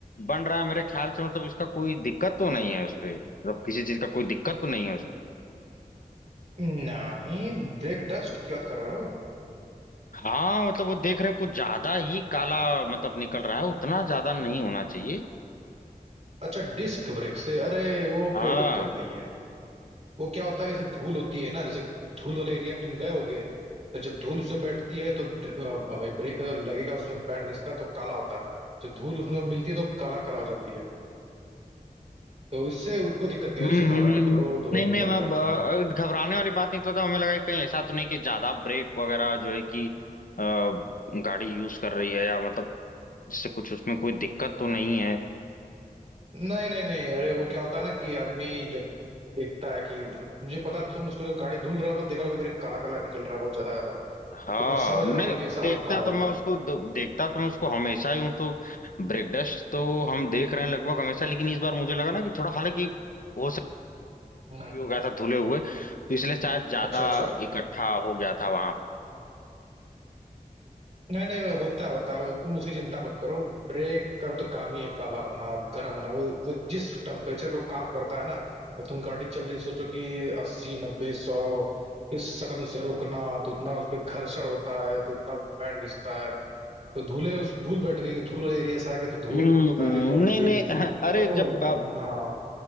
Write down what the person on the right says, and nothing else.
नहीं ब्रेक डस्ट की बात कर रहे हो
अच्छा डिस्क ब्रेक से अरे वो
कोई दिक्कत नहीं है वो क्या होता है कि जैसे धूल होती है ना जैसे धूल वाले एरिया में तुम गए होगे तो जब धूल उसमें बैठती है तो ड्र- अ, भाई ब्रेक अगर लगेगा उसमें पैड घिसता है तो काला होता है जो धूल उसमें मिलती है तो काला काला हो जाती है तो इससे कोई दिक्कत नहीं
है उससे घबराने
की वो तो
निकलता
है
नहीं नहीं नहीं अरे वो क्या होता है ना कि आदमी जब देखता है कि मुझे पता है तुम उसको जो गाड़ी धुल रहे होगे देख रहे होगे काला काला निकल रहा है बहुत ज्यादा ज्यादा
तो मैं समझ
रहा हूँ ये ऐसा
होता है
हम्म
अच्छा अच्छा
नहीं नहीं वो होता है होता है वो तुम उसकी चिंता मत करो ब्रेक का तो काम ही है काला होना गर्म होना वो वो जिस टेम्परेचर पे काम करता है ना और तुम गाड़ी चल रही है, सोचो कि अस्सी नब्बे सौ फिर सडन उसे रोकना तो उतना उस पर घर्षण होता है तो उतना पैड घिसता है तो धूले उस धूल बैठ गई कि धूल वाले एरिया से आ गए तो धूल
काली हो जाती
है
तो
हाँ